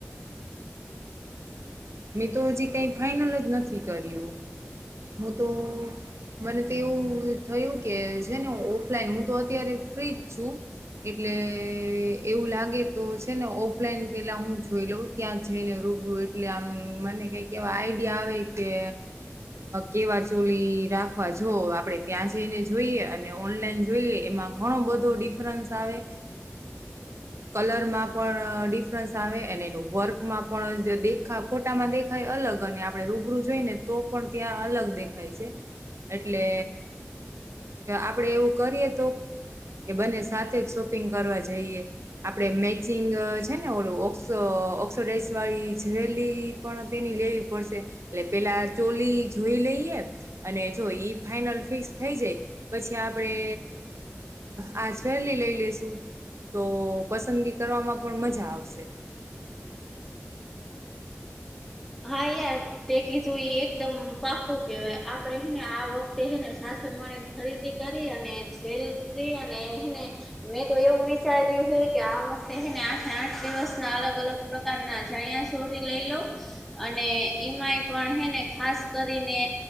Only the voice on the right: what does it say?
મેં તો હજી કઈ ફાઈનલ જ નથી, કર્યું. હું, તો મને તો એવું થયું કે છેને ઓફલાઈન હું તો અત્યારે. ફ્ર્રીજું. એટલે એવું લાગે તો છેને, ઓફલાઈન પેલા હું જોઈ લઉં ત્યાં જઈને. રૂબ એટલે આમ મને કઈક એવા આઈડિયા, આવે કે કેવા ચોલી રાખવા જો. આપણે ત્યાં જઈને, જોઈએ અને ઓનલાઈન જોઈએ, એમાં ઘણો બધો ડિફરન્સ આવે. કલરમાં પણ ડિફરન્સ આવે, અને એનું વર્કમાં પણ દેખા. ખોટામાં દેખાય, અલગ અને આપડણે રૂબરૂ જોઈ, ને તો પણ ત્યાં અલગ દેખાય છે. એટલે આપડે એવું, કરીએ તો કે બને સાથે જ શોપિંગ કરવા જઈએ, આપડે મેચિંગ છેને, ઓડું ઓક્સો ઓક્સોડાઇઝ વાળી જવેલી પણ, તેની લેવી પડશે એટ પેલા ચોલી જોઈ, લઈએ અને જોઈ ફનલ ફિક્સ થઈ, જાય પછી આપણે આજ ફેરલી લઈ લેશું તો પસંદગી કરવામાં પણ મજા આવશે